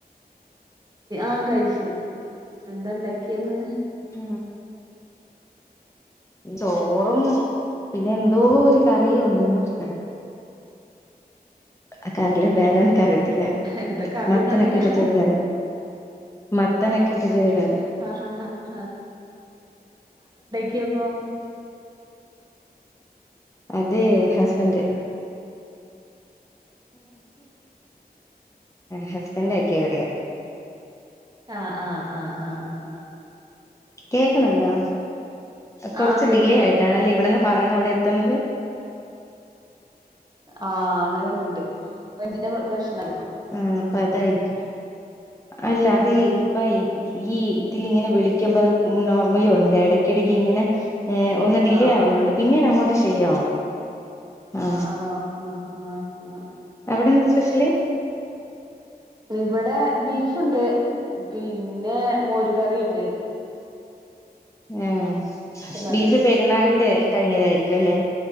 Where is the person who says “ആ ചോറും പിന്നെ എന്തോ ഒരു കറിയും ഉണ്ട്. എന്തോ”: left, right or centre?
Left